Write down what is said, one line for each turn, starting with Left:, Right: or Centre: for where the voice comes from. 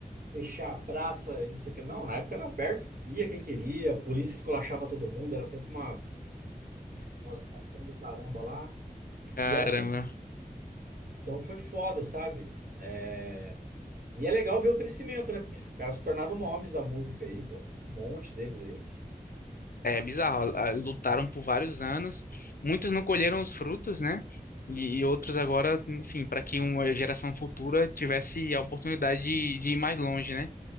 Right: fechar a praça e não sei o que. Não, na época era aberto, ia quem queria, a polícia esculachava todo mundo, era sempre uma, uma situação do caramba lá.
Left: Caramba.
Right: E era sempre. Então foi foda, sabe? É, E é legal ver o crescimento, né? Porque esses caras se tornaram nomes da música aí, pô. Um monte deles aí.
Left: É bizarro, a- lutaram por vários anos, muitos não colheram os frutos, né? E, e outros agora, enfim, para que uma geração futura tivesse a oportunidade de, de ir mais longe, né?